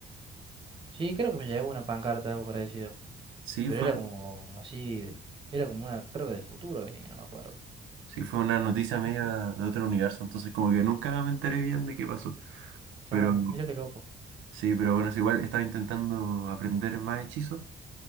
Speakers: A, on the right; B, on the right.
A: Sí, creo que me llegó una pancarta, algo parecido.
B: Sí,
A: Pero
B: fue.
A: era como así, del- era como una, creo que del futuro venía, no me acuerdo.
B: Sí, fue una noticia
A: Sí,
B: media
A: sí, sí.
B: de otro universo, entonces como que nunca me
A: Sí.
B: enteré bien de qué pasó.
A: Claro,
B: Pero
A: mira qué loco.
B: sí, pero bueno, es igual estaba intentando aprender más hechizos,